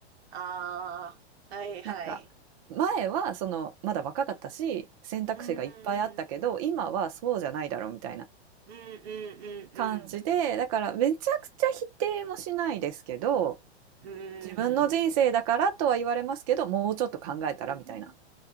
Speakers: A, on the right; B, on the right.
A: ああ、はいはい。
B: なんか前はそのまだ若かったし選択肢がいっぱいあったけど今はそうじゃないだろうみたいな。
A: うーん、うん、うん、
B: 感じで、だからめちゃくちゃ否定もしないですけど、
A: うん、うん、
B: 自分の人生だからとは言われますけど、
A: うーん、
B: もうちょっと考えたらみたいな
A: うん、